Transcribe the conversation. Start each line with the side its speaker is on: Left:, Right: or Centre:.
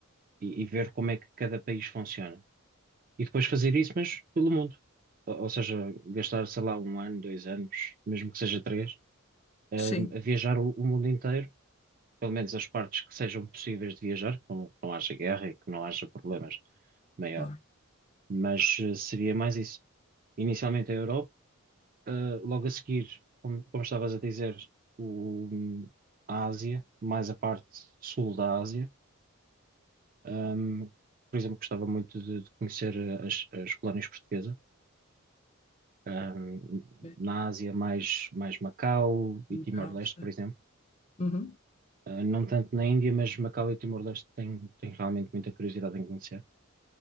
Right: e, e ver como é que cada país funciona. e depois fazer isso, mas pelo mundo. Ou, ou seja, gastar, sei lá, um ano, dois anos, mesmo que seja três, hum,
Left: sim,
Right: a viajar o, o mundo inteiro, pelo menos as partes que sejam possíveis de viajar, que não, que não haja guerra e que não haja problemas maior.
Left: claro.
Right: Mas eh, seria mais isso. Inicialmente a Europa, eh, logo a seguir, como, como estavas a dizer, o, a Ásia, mais a parte sul da Ásia. Hum, por exemplo, gostava muito de, de conhecer eh, as, as colónias portuguesas ahm,
Left: Bem,
Right: na Ásia mais, mais Macau e
Left: um
Right: Timor-Leste,
Left: bocado, sim.
Right: por exemplo.
Left: Uhum,
Right: Ah, não tanto na Índia, mas Macau e Timor-Leste tenho, tenho realmente muita curiosidade em conhecer.